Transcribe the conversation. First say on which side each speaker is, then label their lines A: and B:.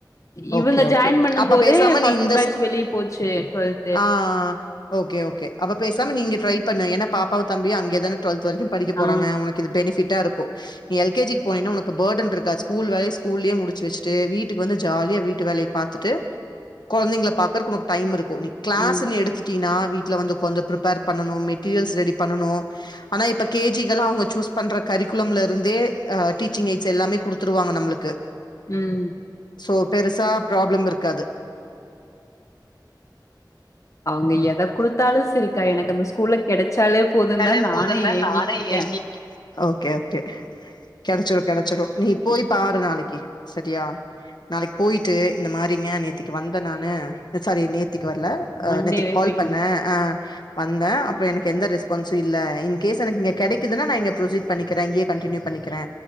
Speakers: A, on the left; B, on the left.
A: இவுங்க
B: ஓகே
A: ஜாயின்
B: ஓகே
A: பண்ணும்
B: அப்ப
A: போது
B: பேசாம
A: ஃபஸ்ட்
B: நீ இந்த
A: பேட்ச்
B: ஸ்கூ
A: வெளிய போச்சு ட்வெல்
B: ஆ அ ஓகே ஓகே அப்ப பேசாம நீ இங்க ட்ரை பண்னு ஏன்னா பாப்பாவு தம்பியு அங்யேதானே ட்வெல்த்து வரைக்கு படிக்க போறாங்க
A: ஆ.
B: உனக்கு இது பெனிஃபிட்டா இருக்கு எல் கே ஜி‌ க் போனின்னா உனக்கு பர்டன்ருக்கா ஸ்கூல் வேலைய ஸ்கூல்லயே முடுச்சு வச்ட்டு வீட்டுக்கு வந்து ஜாலியா வீட்டு வேலைய பாத்துட்டு கொழந்தைங்ள பாக்குறக்கு உனக்கு டைம் இருக்கு நி க்ளாஸுன்
A: ம்.
B: எடுத்துட்டீனா வீட்ல வந்து உக்காந்து ப்ரிப்பேர் பண்ணனு மெட்டீரியல்ஸ் ரெடி பண்ணனு ஆனா இப்ப கே ஜி கல்லா அவுங்க சூஸ் பண்ற கரிக்குலம்லருந்தே அ டீச்சிங் எயிட்ஸ் எல்லாமே குடுத்துருவாங்க நம்ளுக் கு
A: ம்
B: சோ பெருசா ப்ராப்ளம் இருக்காது
A: அவுங்க எத குடுத்தாலு செரி தா எனக்கு அந்த ஸ்கூல்ல கெடச்சாலே போதுன்தா
B: டாலே
A: நானு
B: போதுந்தா
A: ஏங்கிட்ருக்கே
B: நானே ஏங்கிட்டு இருக்கே. ஓகே ஓகே கெடச்சுரு கெடச்சுரு நீ போய்
A: இ
B: பா ரு நாளக்கி செரியா நாளைக் போய் ட்டு இந்த மாரிங்க நேத்திக்கு வந்த நானு சாரி நேத்திக்கு வர்ல அ
A: மண்டேவே
B: நேத்திக் கால்
A: போயிட்டு
B: பண்ணே
A: வந்துட்டேன்.
B: ஆ வந்தே அப்றொ எனக்கு எந்த ரெஸ்பான்ஸ்சு இல்ல இன் கேஸ் எனக்கிங்க கெடைக்குதுனா நா இங்க ப்ரொஸிட் பண்ணிக்கிறே இங்யே கண்டின்யூ பண்ணிக்கிறே